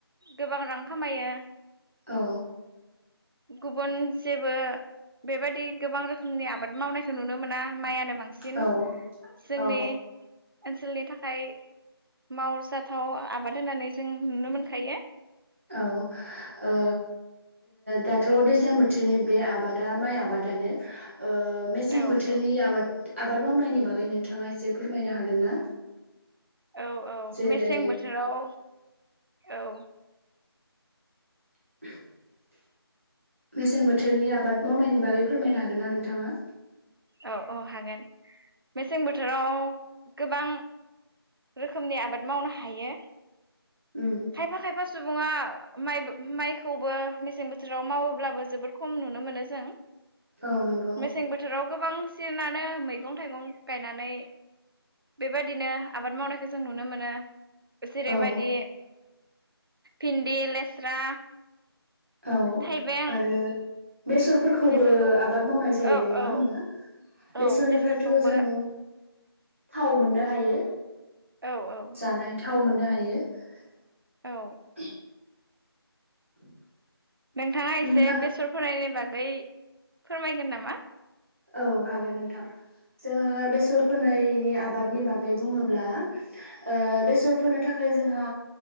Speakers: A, on the right; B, on the right.
A: गोबां रां खामायो
B: औ
A: गुबुन जेबो बेबायदि गोबां रोखोमनि आबाद मावनायखौ नुनो मोना माइयानो बांसिन
B: औ
A: जोंनि
B: औ
A: ओनसोलनि थाखाय मावजाथाव आबाद होननानै जों नुनो मोनखायो
B: औ ओ दाथ' दैज्लां बोथोरनि बे आबादा माइ आबादानो ओ मेसें
A: औ
B: बोथोरनि
A: औ
B: आबाद आबाद मावनायनि बागै नोंथाङा एसे फोरमायनो हागोन ना
A: औ औ
B: जेरै
A: मेसें बोथोराव औ
B: <unintelligible> मेसें बोथोरनि आबाद मावनायनि बागै फोरमायनो हागोन ना नोंथाङा
A: औ औ हागोन मेसें बोथोराव गोबां रोखोमनि आबाद मावनो हायो
B: उम
A: खायफा खायफा सुबुङा माइबो माइ खौबो मेसें बोथोराव मावोब्लाबो जोबोद खम नुनो मोनो जों
B: औ नंगौ
A: मेसें बोथोराव गोबांसिनानो मैगं थाइगं गायनानै बेबायदिनो आबाद मावनायखौ जों नुनो मोनो जेरैबायदि
B: औ
A: भिन्दि लेस्रा
B: औ
A: थाइबें
B: आरो बेसरफोरखौबो
A: बेफोरखौ
B: आबाद मावनाय जायो
A: औ
B: नङा
A: औ
B: होनबा बेसरनिफ्रायथ'
A: औ बेसरखौबो
B: जों थाव मोननो हायो
A: औ औ
B: जानाय थाव मोननो हा हायो <unintelligible>
A: औ
B: <unintelligible>
A: नोंथाङा एसे
B: नोंथां
A: बेसर फोनायनि बागै बागै फोरमायगोन नामा
B: औ हागोन नोंथां जोङो बेसर फोनायनि आबादनि बागै बुङोब्ला ओ बेसर फोनो थाखाय जोंहा